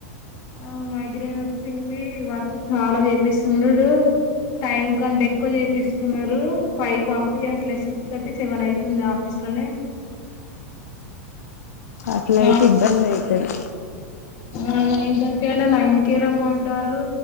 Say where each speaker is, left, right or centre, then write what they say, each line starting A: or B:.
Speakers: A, on the left (about 50°); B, on the left (about 85°).
A: ఆ మైగ్రేన్ వచ్చింది వర్క్ చాలా చేపిస్తుండీడు టైమ్ కంటే ఎక్కువ చేపిస్ న్నారు ఫైవ్ కి పంపియట్లే సిక్స్ థర్టీ సెవెన్ అయితుంది ఆఫీస్ లోనే
B: అట్ల
A: మార్నింగ్
B: అయితే ఇబ్బంది అయితది
A: ఆ నైన్ థర్టీ అంటే నైన్ కే రమ్మంటారు